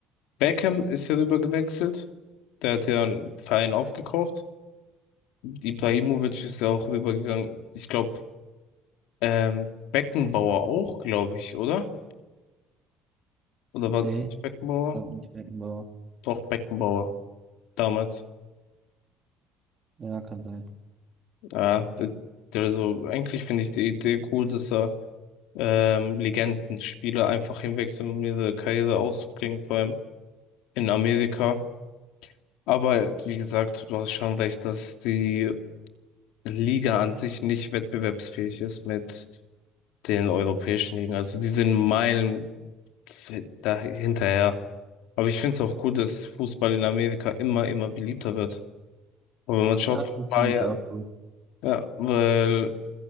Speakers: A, on the left; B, on the right.
A: Beckham ist ja rüber gewechselt, der hat ja einen Verein aufgekauft, Ibrahimovic ist ja auch rübergegangen, ich glaube, ähm, Beckenbauer auch, glaube ich, oder? Oder
B: Nee,
A: war das
B: ich
A: nicht Beckenbauer?
B: glaube nicht Beckenbauer.
A: Doch, Beckenbauer. Damals.
B: Ja, kann sein.
A: Ja, d- d- also eigentlich finde ich die Idee cool, dass er ähm, Legendenspieler einfach hinwechseln um ihre Karriere auszubringen, vor allem in Amerika. Aber wie gesagt, du hast schon recht, dass die Liga an sich nicht wettbewerbsfähig ist mit den europäischen Ligen. Also die sind Meilen da hinterher. Aber ich finde es auch cool, dass Fußball in Amerika immer, immer beliebter wird. Und wenn man schaut,
B: Ja,
A: vor ein
B: das
A: paar,
B: finde
A: Jahren,
B: ich auch cool.
A: Ja, weil,